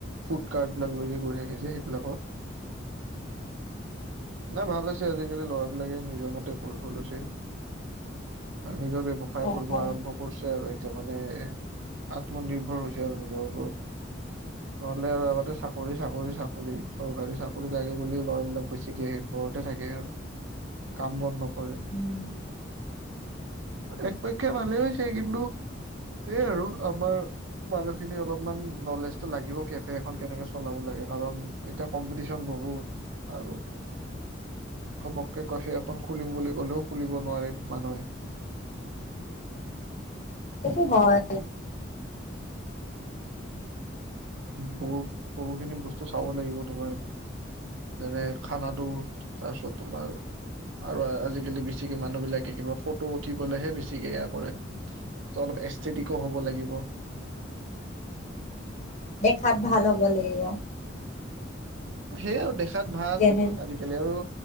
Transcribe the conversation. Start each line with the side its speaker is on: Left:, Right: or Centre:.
Right: ফুড কাৰ্ট বিলাক লৈ যে গৈ থাকে যে সেইবিলাকৰ নাই ভাল আজিকালি ল'ৰাবলাকে নিজৰ মতে কৰিব লৈছে। নিজৰ ব্যৱসায়
Left: অ
Right: কৰিব
Left: অ
Right: আৰম্ভ কৰিছে। আৰু এতিয়া মানে আত্মনিৰ্ভৰ হৈছে আৰু নিজৰ ওপৰত। নহ'লে আৰু আগতে চাকৰি চাকৰি চাকৰি চৰকাৰী চাকৰি লাগে বুলি ল'ৰাবিলাক বেছিকে ঘৰতে থাকে আৰু কাম বন নকৰে।
Left: উম
Right: একপক্ষে ভালে হৈছে কিন্তু সেইয় আৰু আমাৰ মানুহখিনি অলপমান নলেজ লাগিব কেফে এখন কেনেকে চলাব লাগে কাৰণ এতিয়া কম্পিটিশ্য বহুত, আৰু ঘপকে কেফে এখন খুলিম বুলি কলেও খুলিব নোৱাৰে মানুহে।
Left: সেইটো হয়।
Right: বহু বহুখিনি বস্তু চাব লাগিব তোমাৰ, যেনে খানাটো তাৰপিছত তোমাৰ আৰু আজিকালি বেছিকে মানুহ বিলাকে কিবা ফটো উঠি পেলাইহে বেছিকে এয়া কৰে অলপ এষ্টেটিকো হ'ব লাগিব।
Left: দেখাত ভাল হ'ব লাগিব।
Right: সেইয়া আৰু দেখা খাত ভাল
Left: যেনে
Right: আজিকালি আৰু